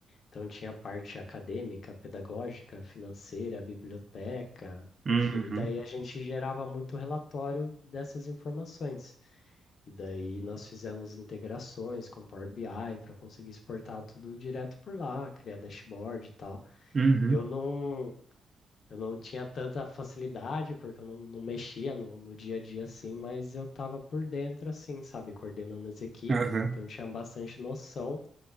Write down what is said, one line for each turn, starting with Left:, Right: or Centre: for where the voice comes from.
Left: Então tinha a parte acadêmica, pedagógica, financeira, biblioteca,
Right: Uhum,
Left: enfim, e daí a gente gerava muito relatório dessas informações. E daí nós fizemos integrações com Power BI para conseguir exportar tudo direto por lá, criar dashboard e tal.
Right: uhum,
Left: Eu não, eu não tinha tanta facilidade porque eu não, não mexia no, no dia a dia assim, mas eu estava por dentro assim, sabe, coordenando as equipes,
Right: aham.
Left: então tinha bastante noção